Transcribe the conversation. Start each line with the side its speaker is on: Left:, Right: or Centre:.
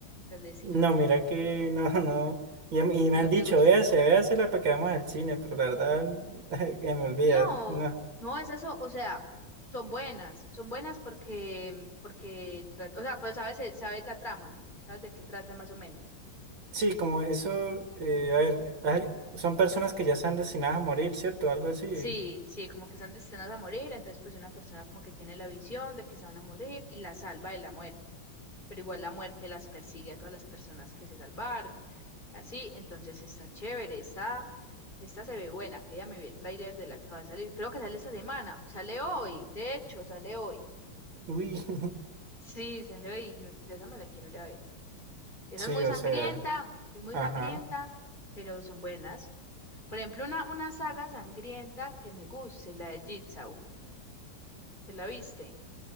Left: Las de Destino
Right: No,
Left: Final.
Right: mira que <laughs> no, no. Y, y me
Left: ¿O
Right: han
Left: no
Right: dicho,
Left: te gustan?
Right: véase, véasela para que vamos al cine, pero la verdad, <laughs> me olvida,
Left: No,
Right: no.
Left: no, esas son, o sea, son buenas, son buenas porque, porque, tra- o sea, pues sabes, el- sabes la trama, sabes de qué trata más o menos.
Right: Sí, como eso, eh, a ver, hay- son personas que ya están destinadas a morir, ¿cierto? Algo así.
Left: Sí, sí, como que están destinadas a morir, entonces pues una persona como que tiene la visión de que se van a morir y la salva de la muerte, pero igual la muerte las persigue a todas las personas que se salvaron, así, entonces está chévere, está, esta se ve buena, que ya me vi el tráiler de la que va a salir, creo que sale esta semana, sale hoy, de hecho, sale hoy.
Right: Uy, <laughs>
Left: Sí, salió y no- de esa me la quiero ir a ver. Esa
Right: sí,
Left: es muy
Right: o
Left: sangrienta,
Right: sea,
Left: es muy
Right: ajá.
Left: sangrienta, pero son buenas. Por ejemplo, una, una saga sangrienta que me guste, la de Jigsaw. ¿Te la viste?